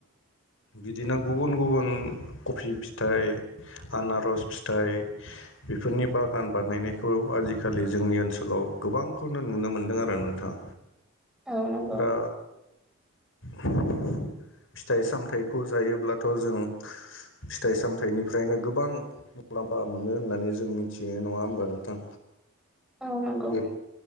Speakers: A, on the left (about 65°); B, in the centre.
A: बिदिनो गुबुन गुबुन कफि फिथाइ आनार'स फिथाइ बेफोरनि बागान बानायनायखौ आजिखालि जोंनि ओनसोलाव गोबांखौनो नुनो मोनदों आरो नोंथां।
B: औ नंगौ
A: दा फिथाइ सामथाइखौ जायोब्लाथ' जों फिथाइ सामथाइनिफ्रायनो गोबां मुलाम्फा मोनो होननानै जों मिथियो नङा होमबा नोंथां?
B: औ नंगौ
A: बे